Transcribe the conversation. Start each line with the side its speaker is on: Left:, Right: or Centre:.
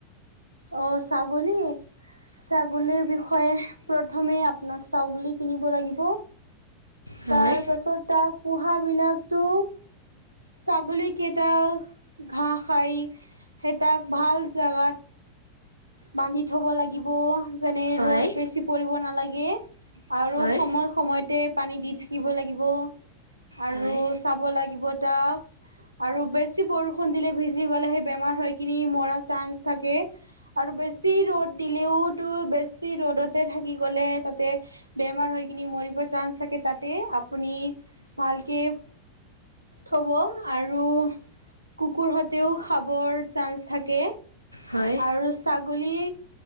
Right: অঁ ছাগলী। ছাগলী বিষয়ে প্ৰথমে আপোনাক ছাগলী কিনিব লাগিব।
Left: হয়
Right: তাৰ‌ পাছত তাক পোহা বিলাকতো ছাগলী কেইটাক ঘাঁহ খাই, সেই তাক ভাল জেগাত বান্ধি থব লাগিব। যেনে
Left: হয়
Right: ৰ'দ বেছি পৰিব নালাগে, আৰু
Left: হয়
Right: সময় সময়তে পানী দি থাকিব লাগিব। আৰু
Left: হয়
Right: চাব লাগিব তাক। আৰু বেছি বৰষুণ দিলে ভিজি গ'লে হে বেমাৰ হৈ কিনি মৰা চান্স থাকে। আৰু বেছি ৰ'দ দিলেওতো বেছি ৰ'দতে থাকি গ'লে তাতে বেমাৰ হৈ কিনি মৰিবৰ চান্স থাকে তাতে আপুনি ভালকে থব আৰু কুকুৰ হঁতেও খাবৰ চান্স থাকে,
Left: হয়
Right: আৰু ছাগলী